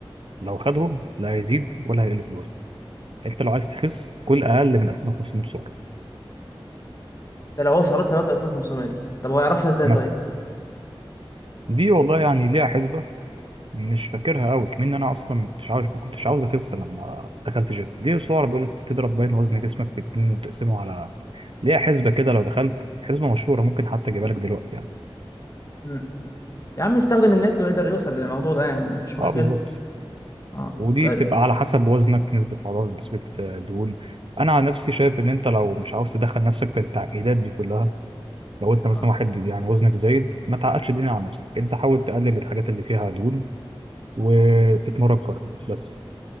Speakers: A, on the right; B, on the left.
A: لو خدهم لا هيزيد ولا هيقل في الوزن انت لو عايز تخس كل اقل من 2500 سعره
B: ده لو هو سعرات ثابته 2500 طب هو يعرفها ازاي
A: مثلا
B: طيب
A: دي والله يعني ليها حسبه مش فاكرها قوي كمان انا اصلا ما كنتش عارف ما كنتش عاوز اخس لما دخلت جيم دي السعره بيقول لك بتضرب باين وزن جسمك في اتنين وتقسمه على ليها حسبه كده لو دخلت حسبه مشهوره ممكن حتى اجيبها لك دلوقتي يعني
B: مم. يا عم يستخدم النت ويقدر يوصل للموضوع ده يعني مفيش
A: اه
B: مشكلة
A: بالظبط
B: اه
A: ودي
B: طيب
A: بتبقى على حسب وزنك نسبه عضلات نسبه آه، دهون انا عن نفسي شايف ان انت لو مش عاوز تدخل نفسك في التعقيدات دي كلها لو انت مثلا
B: اه
A: واحد يعني وزنك زايد ما تعقدش الدنيا على نفسك انت حاول تقلل الحاجات اللي فيها دهون وتتمرن كارديو بس